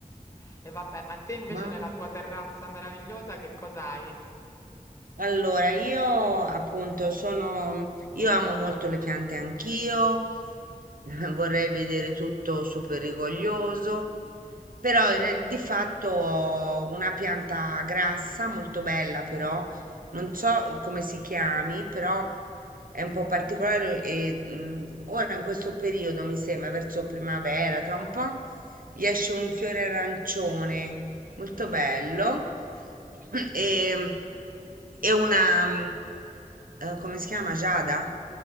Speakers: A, on the left; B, on the right.
A: E vabbè, ma te invece
B: mamma
A: nella tua terrazza meravigliosa che cosa hai?
B: Allora, io appunto sono, io amo molto le piante anch'io, <laughs> vorrei vedere tutto super rigoglioso, però in re- di fatto ho una pianta grassa, molto bella però, non so come si chiami, però è un po' particolare e mm, ora in questo periodo mi sembra verso primavera, tra un po' gli esce un fiore arancione molto bello. <clears throat> E, e una, mm, eh, come si chiama? Giada?